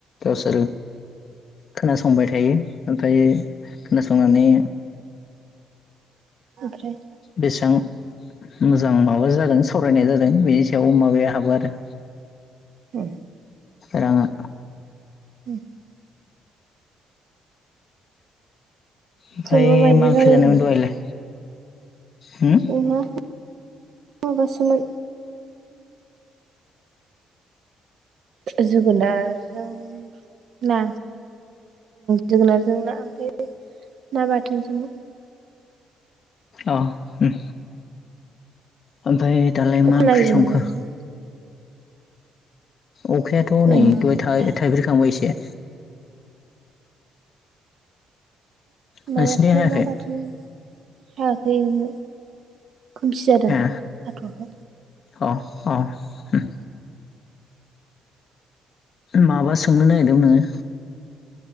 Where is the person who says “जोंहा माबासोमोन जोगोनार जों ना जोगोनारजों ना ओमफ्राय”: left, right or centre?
Right